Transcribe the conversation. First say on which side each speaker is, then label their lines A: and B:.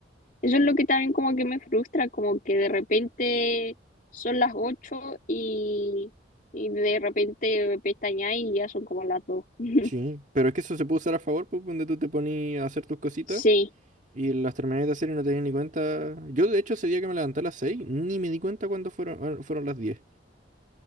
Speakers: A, on the left; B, on the right.
A: eso es lo que también como que me frustra, como que de repente son las ocho y, y de repente pestañáis y ya son como las dos. <laughs>
B: Sí, pero es que eso se puede usar a favor, pues, donde tú te ponías a hacer tus cositas
A: Sí,
B: y las terminabas de hacer y no te das ni cuenta. Yo, de hecho, ese día que me levanté a las 6 ni me di cuenta cuándo fueron, eh, fueron las 10.